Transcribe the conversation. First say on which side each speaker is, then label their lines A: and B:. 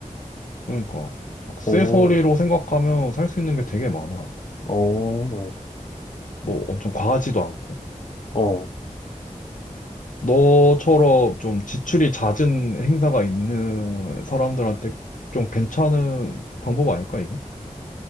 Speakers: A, on the left; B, on the left.
A: 그러니까, 액세서리로
B: 어,
A: 생각하면 살 수 있는 게 되게 많아.
B: 어,
A: 뭐 엄청 과하지도 않고.
B: 어,
A: 너처럼 좀 지출이 잦은 행사가 있는 사람들한테 좀 괜찮은 방법 아닐까, 이게?